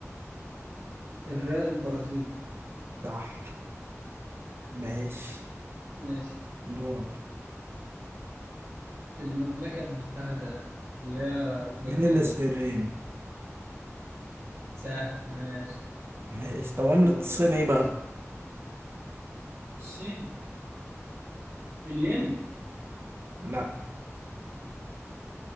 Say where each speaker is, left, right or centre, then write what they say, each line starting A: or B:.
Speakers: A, on the right; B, on the right.
A: الريال البرازيلي
B: صح ماشي
A: ماشي
B: دورك
A: المملكة المتحدة اللي هي
B: الجنيه
A: بريطانيا
B: الاسبريني
A: سهل ماشي
B: ماشي طب عملة
A: دول.
B: الصين ايه بقى؟
A: الصين الين
B: لا